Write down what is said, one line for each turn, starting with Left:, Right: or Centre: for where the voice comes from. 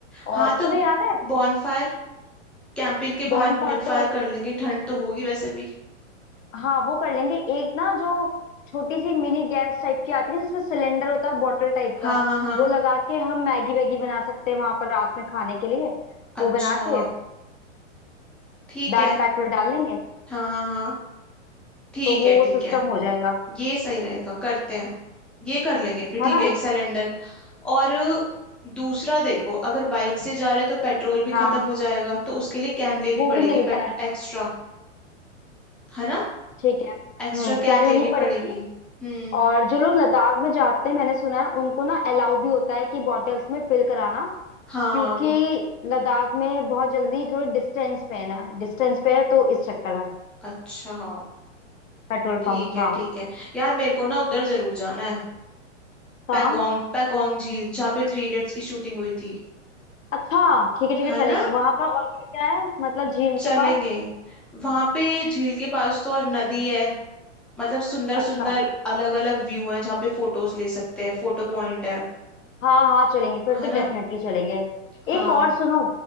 Centre: हाँ
Left: और तुम्हें
Centre: तो
Left: याद है
Centre: बॉनफायर कैंपिंग के
Left: बॉन्ड
Centre: बाहर
Left: फायर
Centre: बॉनफायर
Left: तो
Centre: कर लेंगे ठंड तो होगी वैसे भी
Left: हाँ वो कर लेंगे एक ना जो छोटी सी मिनी गैस टाइप की आती है जिसमें सिलेंडर होता है बॉटल टाइप
Centre: हाँ
Left: का
Centre: हाँ हाँ
Left: वो लगा के हम मैगी वैगी बना सकते हैं वहां पर रात में खाने के लिए वो
Centre: अच्छा
Left: बना के
Centre: ठीक
Left: बैग
Centre: है
Left: पैक में डाल लेंगे
Centre: हाँ हाँ हाँ ठीक
Left: तो वो
Centre: है ठीक
Left: सिस्टम
Centre: है
Left: हो जाएगा
Centre: ये सही रहेगा करते हैं ये कर लेंगे फिर
Left: है
Centre: ठीक
Left: ना
Centre: है एक सिलेंडर और दूसरा देखो अगर बाइक से जा रहे हैं तो पेट्रोल भी खत्म
Left: हाँ
Centre: हो जाएगा तो उसके लिए कैन लेनी
Left: वो
Centre: पड़ेगी
Left: भी मिलता
Centre: पेट
Left: है
Centre: एक्स्ट्रा है ना
Left: ठीक है हम्म
Centre: एक्स्ट्रा कैन
Left: क्या लेनी
Centre: लेनी
Left: पड़ेगी
Centre: पड़ेगी हम्म
Left: और जो लोग लद्दाख में जाते हैं मैंने सुना है उनको ना अलाउ भी होता है कि बॉटल्स में फिल कराना
Centre: हाँ
Left: क्योंकि
Centre: वो
Left: लद्दाख में बहुत जल्दी थोड़े डिस्टेंस पे है ना डिस्टेंस पे है तो इस चक्कर में
Centre: अच्छा हाँ
Left: पेट्रोल
Centre: ठीक
Left: पंप
Centre: है
Left: हाँ
Centre: ठीक है यार मेरे को ना उधर जरूर जाना है
Left: कहाँ
Centre: पैगोंग पैगोंग झील जहाँ पे थ्री इडियट्स की शूटिंग हुई थी
Left: अच्छा ठीक है ठीक है
Centre: है
Left: चलेंगे
Centre: ना
Left: वहां पर और क्या क्या है मतलब झील
Centre: चलेंगे
Left: के पास
Centre: वहां पे झील के पास तो और नदी है मतलब सुंदर
Left: अच्छा
Centre: सुंदर अलग अलग व्यू हैं जहाँ पे फोटोज ले सकते हैं फोटो पॉइंट है
Left: हाँ हाँ चलेंगे फिर
Centre: है
Left: तो
Centre: ना
Left: डेफिनेटली चलेंगे
Centre: हाँ
Left: एक और सुनो